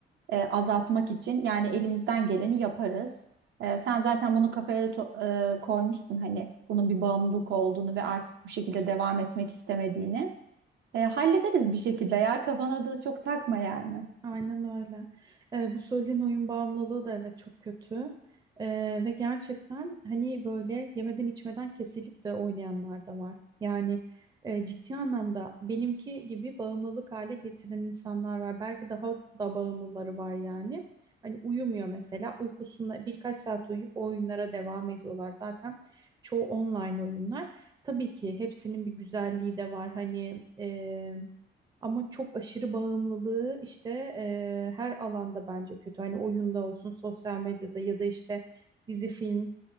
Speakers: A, on the right; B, on the right.
A: e, azaltmak için yani elimizden geleni yaparız. E, sen zaten bunu kafaya to- e, koymuşsun hani bunun bir bağımlılık olduğunu ve artık bu şekilde devam etmek istemediğini. E, hallederiz bir şekilde ya kafana da çok takma yani.
B: Aynen öyle. Ee, bu söylediğin oyun bağımlılığı da evet çok kötü. Ee, ve gerçekten hani böyle yemeden içmeden kesilip de oynayanlar da var. Yani e, ciddi anlamda benimki gibi bağımlılık hale getiren insanlar var. Belki daha da bağımlıları var yani. Hani uyumuyor mesela uykusunda birkaç saat uyuyup o oyunlara devam ediyorlar. Zaten çoğu online oyunlar. Tabii ki hepsinin bir güzelliği de var. Hani... E, ama çok aşırı bağımlılığı işte eee, her alanda bence kötü. Hani oyunda olsun, sosyal medyada ya da işte dizi film